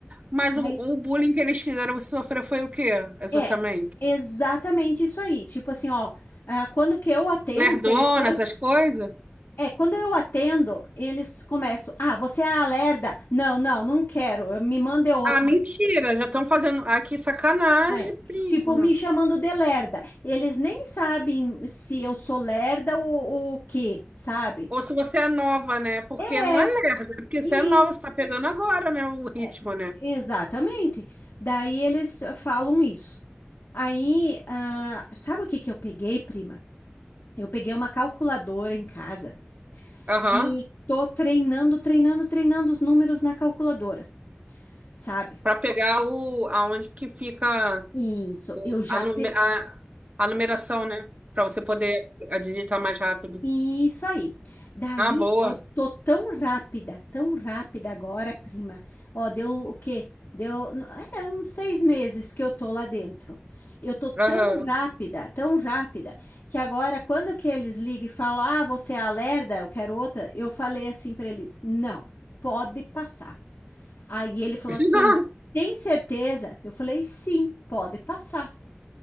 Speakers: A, on the right; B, on the left.
A: Mas o,
B: Aí,
A: o bullying que eles fizeram você sofrer foi o quê, exatamente?
B: é, exatamente isso aí, tipo assim, ó, ah, quando que eu atendo
A: Lerdona,
B: o telefone,
A: essas coisas?
B: é, quando eu atendo, eles começam, ah, você é a lerda, não, não, não quero, me manda é outra.
A: Ah, mentira! Já estão fazendo aqui sacanagem,
B: É,
A: prima.
B: tipo, me chamando de lerda. Eles nem sabem se eu sou lerda ou ou o quê, sabe?
A: Ou se você é nova, né? Porque
B: É,
A: não é lerda, é porque você
B: Isso,
A: é nova, você tá pegando agora, né? O ritmo,
B: é,
A: né?
B: exatamente. Daí eles falam isso. Aí, ah, sabe o que que eu peguei, prima? Eu peguei uma calculadora em casa
A: Aham.
B: e tô treinando, treinando, treinando os números na calculadora, sabe?
A: Pra pegar o, aonde que fica
B: Isso,
A: o-
B: eu já
A: a, nume-
B: peguei.
A: a, a numeração, né? Pra você poder a digitar mais rápido.
B: E Isso aí. Daí
A: Ah, boa.
B: eu tô tão rápida, tão rápida agora, prima. Ó, deu o quê? Deu, n- é, uns seis meses que eu tô lá dentro. Eu tô tão
A: Aham.
B: rápida, tão rápida, que agora, quando que eles ligam e falam, ah, você é a Lerda, eu quero outra, eu falei assim para eles, não, pode passar. Aí ele falou
A: <laughs>
B: assim, tem certeza? Eu falei, sim, pode passar.